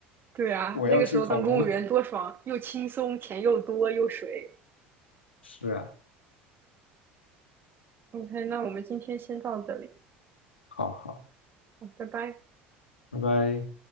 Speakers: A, on the right (about 40°); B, on the left (about 85°).
A: 对啊，
B: 我要去考公。
A: 那个时候当公务员多爽，又轻松，钱又多又水。
B: 是啊，
A: OK，那我们今天先到这里，
B: 好好，
A: 好，拜拜。
B: 拜拜。